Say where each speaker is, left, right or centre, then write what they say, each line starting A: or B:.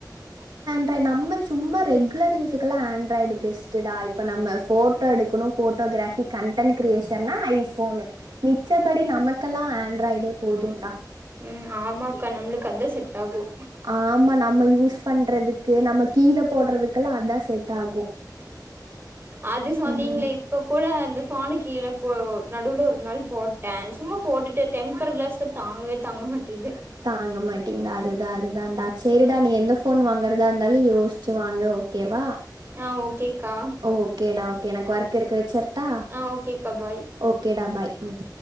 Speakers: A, on the right (about 75°); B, on the right (about 30°).
A: இப்ப நம்ம சும்மா ரெகுலர் யூஸுக்கெல்லாம் ஆண்ட்ராய்டு பெஸ்ட்டுடா இப்ப நம்ம ஃபோட்டோ எடுக்கணும் ஃபோட்டோகிராபி கன்டன் க்ரியேஷன்னா ஐஃபோனு மிச்சபடி நமக் கெல்லாம் ஆண்ட்ராய்டே போதும்ண்டா
B: உம் ஆமாக்கா நம்மளுக்கு அதான் செட்டாகும்
A: ஆமா நம்ம யூஸ் பண்றதுக்கு நம்ம கீழே போடுறதுக்குெல்லாம் அதான் செட் ஆகும்.
B: அது சொன்னீங்களே
A: ம்
B: இப்ப கூட அந்த நானும் கீழ போ நடுவுல ஒரு நாள் போட்டேன் சும்மா போட்டுட்டு டெம்பர் கிளாஸ்லா தாங்கவே தாங்க மாட்டிது
A: தாங்க மாட்டேங்குதா அதுதான் அதுதான்டா சேரிடா நீ எந்த போன் வாங்கறதா இருந்தாலும் யோஸ் யோச்சு வாங்கு ஓக்கேவா.
B: ஆ ஓகேக்கா
A: ஓக்கேடா ஓக்கே எனக்கு ஒர்க் இருக்கு வச்சர்ட்டா.
B: ஆ ஓகேக்கா பாய்
A: ஓக்கேடா பாய் உம்.